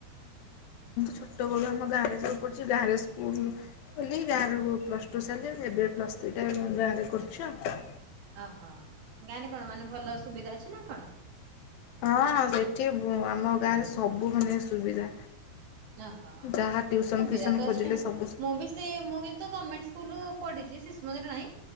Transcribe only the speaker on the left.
ଛୋଟବେଳୁ ଆମ ଗାଁରେ ସବୁ ପଢ଼ିଛି ଗାଁ ରେ ସ୍କୁଲୁ କଲି ଗାଁରୁ ପ୍ଲସ୍ ଟୁ ସାରିଲି, ଏବେ ପ୍ଲସ୍ ଥ୍ରୀ ଟା ଉଁ, ଗାଁରେ କରୁଛି ଆଉ।
ହଁ ହଁ ସେଇଠି ବୁଁ, ଆମ ଗାଁ ରେ ସବୁ ମାନେ ସୁବିଧା।
ଯାହା ଟ୍ୟୁସନ୍
ଫ୍ୟୁସନ୍
ଖୋଜିଲେ
ସବୁ ସୁବିଧା।